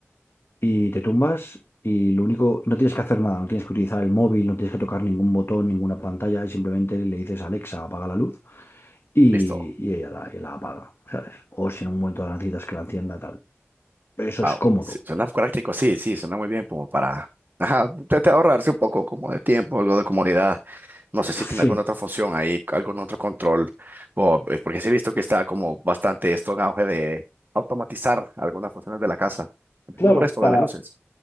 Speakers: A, on the left; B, on the right.
A: y te tumbas y lo único, no tienes que hacer nada, no tienes que utilizar el móvil, no tienes que tocar ningún botón, ninguna pantalla y simplemente le dices a Alexa, apaga la luz y,
B: <laughs> Listo.
A: y ella la, y la apaga, ¿sabes? O si en un momento la necesitas que la encienda, tal. Eso
B: Wow.
A: es cómodo.
B: Sí, Suena práctico, sí, sí, suena muy bien como para ajá, te, te ahorrarse un poco como de tiempo, algo de comodidad. No sé si
A: Sí,
B: tiene alguna otra función ahí, algún otro control. O, eh, porque sí he visto que está como bastante esto en auge de automatizar algunas funciones de la casa. Empezando
A: claro,
B: por esto
A: para...
B: de las luces.